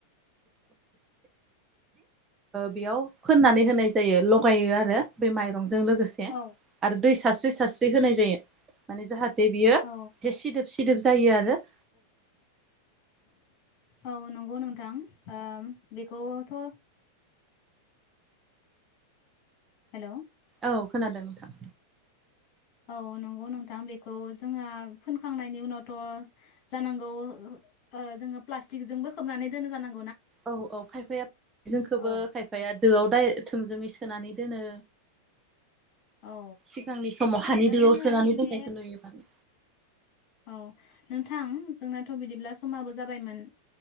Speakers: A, on the right; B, on the left.
A: बेयाव फोननानै होनाय जायो लगायो आरो बे माइरंजों लोगोसे
B: औ
A: आरो दै। सास्रि सास्रि होनाय जायो माने जाहा थे बियो
B: औ
A: एसे सिदोब सि दोब जायो आरो।
B: औ नंगौ नोंथां ओम बेखौथ' हेलौ।
A: औ खोनादों नोंथां।
B: औ नंगौ नोंथां बेखौ जोंहा फोनखांनायनि उनावथ' जानांगौ ओ जोङो प्लास्टिकजोंबो खोबनानै दोनो जानां
A: औ औ खायफाया जों खोबो
B: औ
A: खायफाया दोआव दाय थोंजोङै सो सोनानै दोनो।
B: औ
A: सिगांनि समाव हानि
B: ओरैनो
A: दोआव सोनानै
B: बे
A: दोननायखौ नुयोमोन।
B: औ नोंथां जोंनाथ' बिदिब्ला समाबो जाबायमोन।